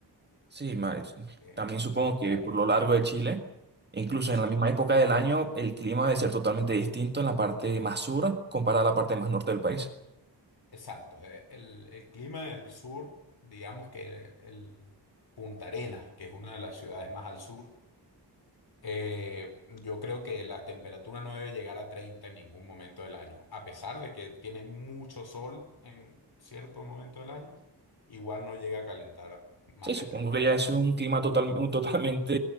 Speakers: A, on the right (about 25°); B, on the left (about 60°).
A: Sí, ma- es-
B: que,
A: también supongo
B: que es un
A: que
B: tramito,
A: por lo largo de Chile, incluso
B: ¿sí?
A: en la misma época del año, el clima debe ser totalmente distinto en la parte más sur comparada a la parte más norte del país.
B: Exacto. eh, El, el clima del sur, digamos que el Punta Arenas, que es una de las ciudades más al sur, Eh, yo creo que la temperatura no debe llegar a 30 en ningún momento del año, a pesar de que tiene mucho sol en cierto momento del año, igual no llega a calentar más
A: Sí, supongo
B: de treinta
A: que
B: grados.
A: ya es un clima total, un totalmente